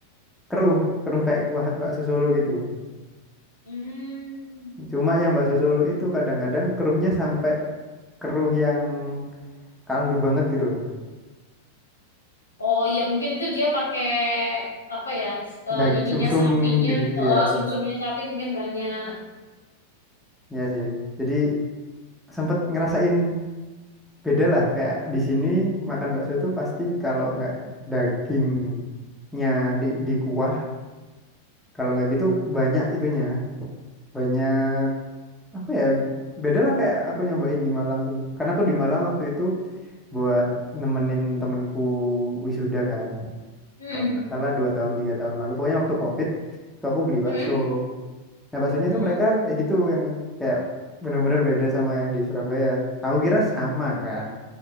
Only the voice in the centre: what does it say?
keruh, keruh kayak kuah bakso Solo gitu.
Cuma yang bakso Solo itu kadang-kadang keruhnya sampai keruh yang kaldu banget gitu loh.
Dag
sumsum
gitu-gitu
ya.
Ya sih. Jadi sempet ngerasain beda lah kayak di sini makan bakso itu pasti kalau nggak dagingnya di di kuah kalau nggak gitu banyak itunya banyak apa ya beda lah kayak aku nyobain di Malang tuh karena aku di Malang waktu itu buat nemenin temenku wisuda kan
kalau nggak salah dua tahun tiga tahun lalu pokoknya waktu COVID itu aku beli
bakso nah baksonya
tuh mereka kayak gitu yang kayak benar-benar beda sama yang di Surabaya aku kira sama kan